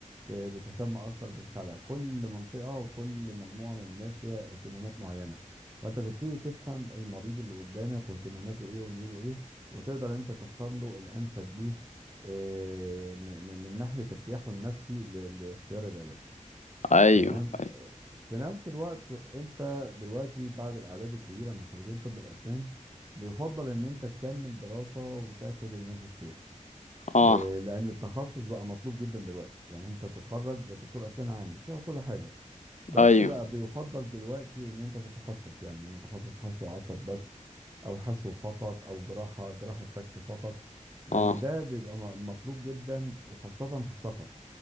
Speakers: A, on the right; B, on the left.
A: ت- بتهتم اكتر بالخلع كل منطقة وكل مجموعة من الناس ليها اهتمامات معينة فانت تبتدي تفهم المريض اللي قدامك واهتماماته ايه وميوله ايه وتقدر انت تختار له الانسب ليه آه، م- م- من ناحية ارتياحه النفسي ل- لاختيار العلاج
B: أيوه
A: تمام
B: أيوه
A: آه، في نفس الوقت انت دلوقتي بعد الاعداد الكبيرة من خريجين طب الاسنان بيفضل ان انت تكمل دراسة وتاخد الماجستير
B: أه
A: آه، لان التخصص بقى مطلوب جدا دلوقتي يعني انت بتتخرج دكتور اسنان عام بتشتغل كل حاجة بس
B: أيوه
A: بقى بيفضل دلوقتي ان انت تتخصص يعني متخصص حشو عصب بس او حشو فقط او جراحة جراحة فك فقط لان
B: أه
A: ده بيبقى م- مطلوب جدا وخاصة في السفر